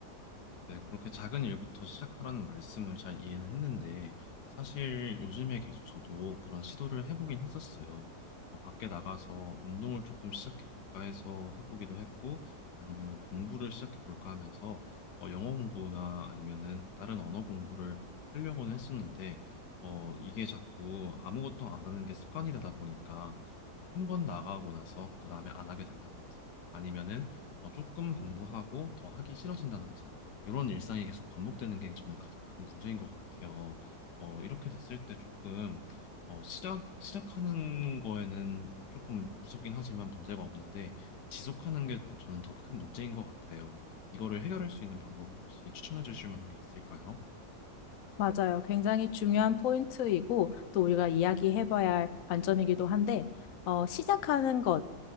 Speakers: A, on the left; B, on the left.
A: 네, 그렇게 작은 일부터 시작하라는 말씀을 잘 이해는 했는데, 사실 요즘에 계속 저도 그런 시도를 해보긴 했었어요. 어, 밖에 나가서 운동을 조금 시작해볼까 해서 해보기도 했고, 아니면은 공부를 시작해볼까 하면서, 어, 영어 공부나 아니면은 다른 언어 공부를 하려고는 했었는데, 어, 이게 자꾸 아무것도 안 하는 게 습관이 되다 보니까, 한 번 나가고 나서 그 다음에 안 하게 된다든지 아니면은 어, 조금 공부하고 더 하기 싫어진다든지 이런 일상이 계속 반복되는 게 저는 가장 큰 문제인 것 같아요. 어, 이렇게 됐을 때 조금 어, 시작 시작하는 거에는 조금 무섭긴 하지만 문제가 없는데 지속하는 게 저는 더 큰 문제인 것 같아요. 이거를 해결할 수 있는 방법은 혹시 추천해 주실 만한 게 있을까요?
B: 맞아요. 굉장히 중요한 포인트이고 또 우리가 이야기해봐야 할 관점이기도 한데 어, 시작하는 것